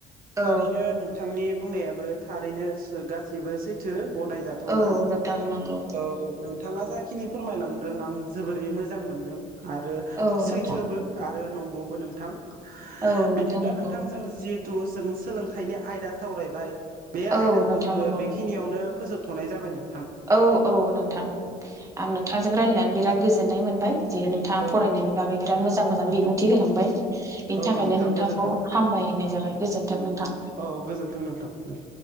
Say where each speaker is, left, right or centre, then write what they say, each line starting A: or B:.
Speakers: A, on the right; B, on the right.
A: थारैनो
B: औ
A: नोंथांनि बुंनायाबो थारैनो गासैबो सैथो गनाय़जाथाना
B: औ नोंथां नंगौ
A: औ नों थाङा जाखिनि फोरमायलांदों आं जोबोरै मोज मोजां मोनदों आरो
B: औ
A: सैथोबो
B: नोंथां
A: आरो नंगौबो नोंथां
B: औ
A: बिदिब्ला
B: नोंथां नंगौ
A: नोंथांजों जि तु जों सोलोंथाइनि आयदा सावरायबाय बे
B: औ
A: आयदाखौ
B: नोंथां
A: जोंङ
B: नंगौ
A: बेखिनियावनो फोजोबथ'नाय जाबाय नों
B: औ औ नोंथां आं नोंथांजों रायजलायनानै बिराद गोजोननाय मोनबाय जे नोंथाङा
A: औ
B: फरायनायनि बागै बिराद मोजां- मोजां बिबुंथि होलांबाय बेनि
A: औ
B: थाखायनो
A: नोंथां
B: नोंथांखौ
A: गोजोन्थों
B: हामबाय होननाय जाबाय गोजोन्थों नोंथां
A: औ गोजोन्थों नोंथां दे